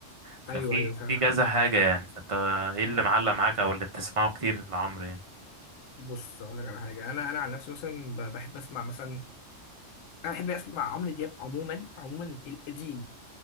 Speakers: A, on the right (about 35°); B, on the left (about 85°).
A: ففي
B: ايوه ايوه فعلا
A: في كذا حاجة يعني فانت ايه اللي معلق معاك أو اللي بتسمعه كتير لعمرو يعني
B: بص اقول لك على حاجه انا انا عن نفسي مثلا ب- بحب اسمع مثلا انا بحب اسمع عمرو دياب عموما عموما القديم